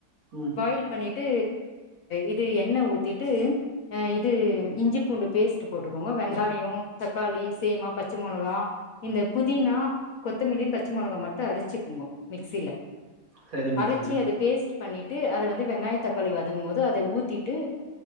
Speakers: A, on the right (about 55°); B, on the left (about 60°).
A: ம்
B: பாயில் பண்ணிட்டு இது எண்ணெ ஊத்திட்டு அ இது இஞ்சி பூண்டுப் பேஸ்ட்டு போட்டுகோங்க வெங்காயோ தக்காளி சேமா பச்ச மொளகா இந்த புதினா கொத்தமிலி பச்சமொளகா மட்டு அரச்சிகோங்கோ மிக்சில
A: சரிங்க
B: அரச்சி
A: தோழி
B: அதப் பேஸ்ட்டு பண்ணிட்டு அத வந்து வெங்காய தக்காளி வதங்கும்மோது அதெ ஊத்திட்டு